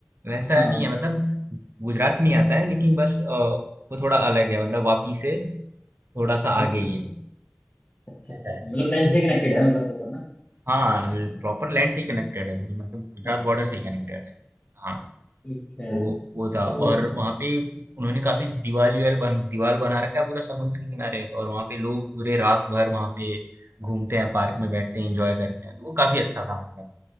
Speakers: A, on the right; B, on the left.
A: वैसा
B: हाँ
A: नहीं है मतलब गुजरात में ही आता है लेकिन बस अ, वो थोड़ा अलग है मतलब वापी से थोड़ा सा
B: अच्छा
A: आगे ही है
B: अच्छा अच्छा
A: ऐसा
B: अच्छा
A: है
B: मतलब लैंड से कनेक्टेड है मतलब प्रॉपर ना
A: हाँ प्रॉपर लैंड से कनेक्टेड है मतलब गुजरात
B: अच्छा
A: बॉर्डर
B: अच्छा
A: से
B: अच्छा,
A: कनेक्टेड है हाँ
B: ठीक है
A: वो वो
B: तो
A: था और वहाँ पे उन्होंने काफी दीवाल वीवाल बन दीवाल बना रखा है पूरा समुद्र के किनारे तो और वहाँ पे लोग पूरे रात भर वहाँ पे घूमते हैं पार्क में बैठते हैं एंजॉय करते हैं तो वो काफी अच्छा था मतलब